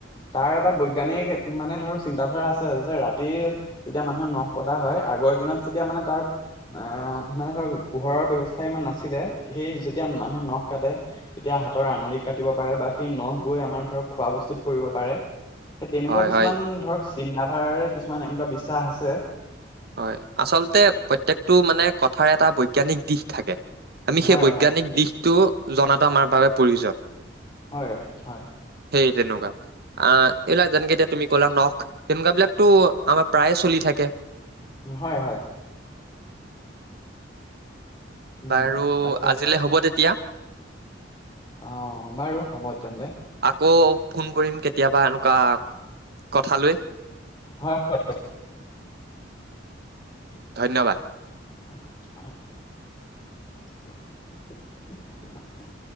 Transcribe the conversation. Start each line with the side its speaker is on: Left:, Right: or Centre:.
Left: তাৰ এটা বৈজ্ঞানিক মানে ধৰক চিন্তাধাৰা আছে যে ৰাতি যেতিয়া মানুহে নখ কটা হয় আগৰ দিনত যেতিয়া মানে তাৰ আহ মানে ধৰক পোহৰৰ ব্যৱস্থা ইমান নাছিলে সেই যেতিয়া মানুহে নখ কাটে তেতিয়া হাতৰ আঙুলিত কাটিব পাৰে বা সেই নখ গৈ আমাৰ ধৰ খোৱা বস্তুত পৰিব পাৰে সেই তেনেকুৱা
Right: হয়
Left: কিছুমান
Right: হয়
Left: ধৰক চিন্তাধাৰাৰে কিছুমান এনেকুৱা বিশ্বাস আছে।
Right: হয় আচলতে প্ৰত্যয়কটো মানে কথাৰ এটা বৈজ্ঞানিক দিশ থাকে। আমি সেই
Left: হয়
Right: বৈজ্ঞানিক
Left: হয়
Right: দিশটো জনাতো আমাৰ বাবে প্ৰয়োজন।
Left: হয় হয়।
Right: সেই তেনেকুৱা। আহ এইবিলাক যেনেকে এতিয়া তুমি ক'লা নখ তেনেকুৱা বিলাকতো আমাৰ প্ৰায়ে চলি থাকে।
Left: হয় হয়। উম
Right: বাৰু
Left: তাকে
Right: আজিলৈ হ'ব তেতিয়া।
Left: অ', বাৰু হ'ব তেন্তে।
Right: আকৌ ফোন কৰিম কেতিয়াবা এনেকুৱা কথা লৈ।
Left: হয়।
Right: ধন্যবাদ।
Left: আহ। <inaudible>